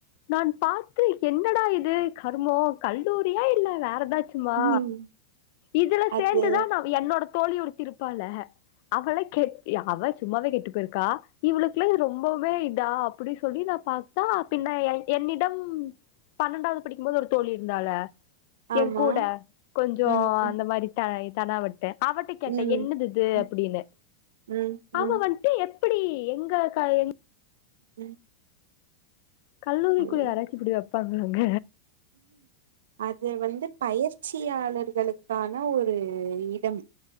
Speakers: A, on the left; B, on the right.
A: நான் பார்த்து என்னடா இது கர்மம் கல்லூரியா இல்ல வேறதாவ சும்மா
B: ம்.
A: இதுல
B: அது
A: சேர்ந்துதான் நான் என்னோட தோழி ஒரு இருப்பாள அவள கெட சும்மாவே கெட்டு இருக்கா இவளுக்குல்லாம் இது ரொம்பவும நா அப்படிி சொல்லி நான் பாத்தா பின்ன என்னிடம் பன்னெண்டாவது படிக்கும்போது ஒரு தோழி இருந்தால
B: ஆமா.
A: என் கூட கொஞ்சம்
B: ம், ம்,
A: அந்த மாதிரி த கடாவட்ட ட்டேன் அவட்ட கேட்டேன்
B: ம்.
A: என்னது இது
B: ம்,
A: அப்படின்னு
B: ம்,
A: அவ
B: ம்,
A: வந்து எங்கக்கா எங்க
B: ம்
A: கல்லூரிக்குள்ள
B: ஹலோ.
A: ஆராச்சி இப்டிவா ப்படறாங்க
B: அது வந்து பயிற்சியாளர்களுக்கான ஒரு இடம்